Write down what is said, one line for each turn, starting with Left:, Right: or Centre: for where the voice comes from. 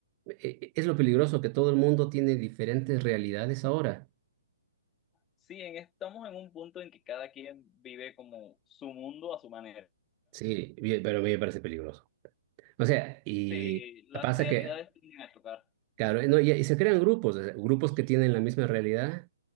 Right: eh, es lo peligroso, que todo el mundo tiene diferentes realidades ahora.
Left: Sí, en- estamos en un punto en que cada quien vive como su mundo a su manera.
Right: Sí, bien, pero a mí me parece peligroso. O sea, y
Left: Sí, las
Right: pasa
Left: realidades
Right: que,
Left: tienden a tocar.
Right: claro, no, y, y se crean grupos, o sea, grupos que tienen la misma realidad,